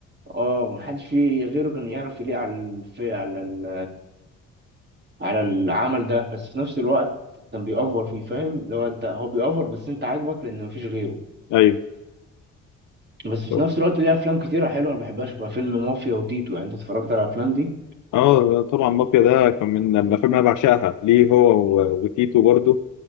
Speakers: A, on the right; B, on the left.
A: اه ما حدش فيه غيره كان يعرف يليق على الف... على ال... على العمل ده بس في نفس الوقت كان بيأفور فيه فاهم لو انت هو بيأفور بس انت عاجبك لان مفيش غيره
B: أيوه
A: بس في
B: طب-
A: نفس الوقت ليه افلام كتيره حلوه ما بحبهاش بقى فيلم مافيا وتيتو يعني انت اتفرجت على الافلام دي
B: أه طبعا مافيا ده كان من من الأفلام اللي أنا بعشقها ليه هو و- وتيتو برضه